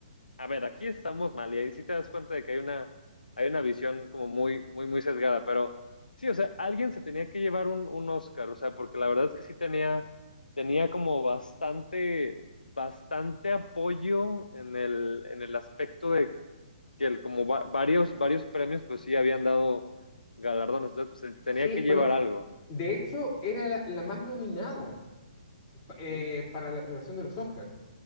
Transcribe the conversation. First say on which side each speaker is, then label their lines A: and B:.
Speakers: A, on the left; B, on the left.
A: a ver, aquí estamos mal y ahí sí te das cuenta de que hay una, hay una visión como muy, muy, muy sesgada, pero sí, o sea, alguien se tenía que llevar un, un Oscar, o sea, porque la verdad es que sí tenía, tenía como bastante, bastante apoyo en el, en el aspecto de que el, como va- varios, varios premios, pues sí habían dado galardones, entonces pues tenía
B: Sí,
A: que llevar
B: bueno,
A: algo.
B: de hecho era la, la más nominada pa- eh,
A: Sí,
B: para la premiación de los Oscars.